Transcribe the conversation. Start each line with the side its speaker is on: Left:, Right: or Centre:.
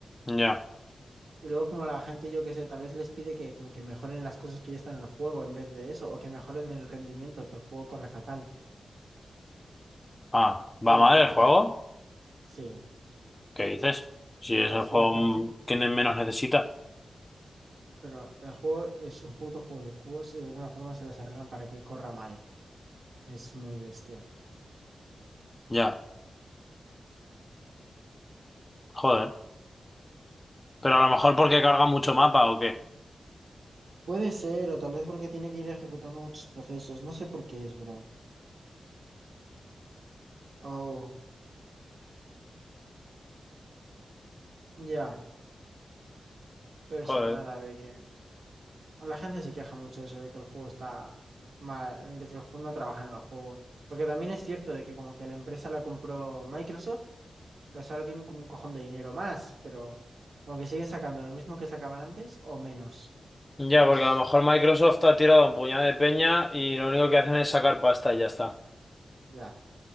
Left: Ya.
Right: Y luego como la gente, yo qué sé, tal vez les pide que como que mejoren las cosas que ya están en el juego en vez de eso, o que mejoren el rendimiento, que el juego corre fatal.
Left: Ah,
Right: Y
Left: ¿va mal
Right: te
Left: el
Right: la
Left: juego?
Right: pela. Sí,
Left: ¿Qué dices? Si es el
Right: sí,
Left: juego
Right: a partir,
Left: mm, que ne- menos necesita.
Right: pero el juego es un puto juego de cubos y de alguna forma se las arreglan para que corra mal. Es muy bestia.
Left: Ya. Joder. Pero a lo mejor porque carga mucho mapa o qué.
Right: Puede ser, o tal vez porque tiene que ir ejecutando muchos procesos. No sé por qué es, bro. Oh, ya, pero eso,
Left: Joder.
Right: nada de que... la gente se queja mucho de eso, de que el juego está mal, de que el juego no trabaja en el juego. Porque también es cierto de que como que la empresa la compró Microsoft, pues ahora tienen como un cojón de dinero más, pero como que siguen sacando lo mismo que sacaban antes o menos.
Left: Ya,
Right: Pues
Left: porque a lo mejor Microsoft ha tirado un puñado de peña y lo único que hacen es sacar pasta y ya está.
Right: ya,